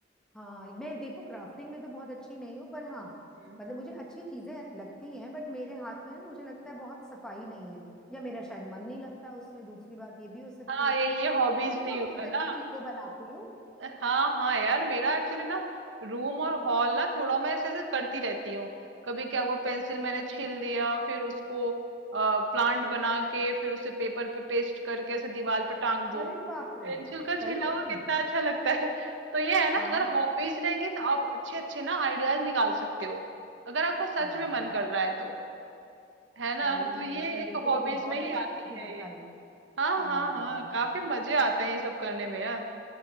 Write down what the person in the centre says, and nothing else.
हाँ मैं देखो क्राफ्टिंग में तो बहुत अच्छी नहीं हूँ पर हाँ
मतलब मुझे अच्छी चीजें लगती हैं बट मेरे हाथ में ना मुझे लगता है बहुत सफाई नहीं है या मेरा शायद मन नहीं लगता उसमें दूसरी बात ये भी हो सकती
है
तो
तुम
तो
बहुत
अच्छी चीजें बनाती हो
अरे बाप रे
सही
में
हाँ
हाँ
सही
में
नहीं
ये तो
तुमने बहुत
अच्छी
चीजें
बताई
हाँ